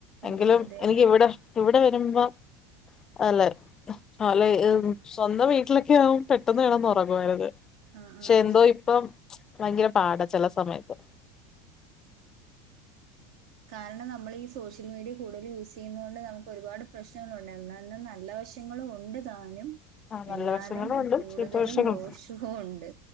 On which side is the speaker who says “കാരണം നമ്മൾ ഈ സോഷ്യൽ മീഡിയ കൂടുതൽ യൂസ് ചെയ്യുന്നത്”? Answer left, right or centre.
Right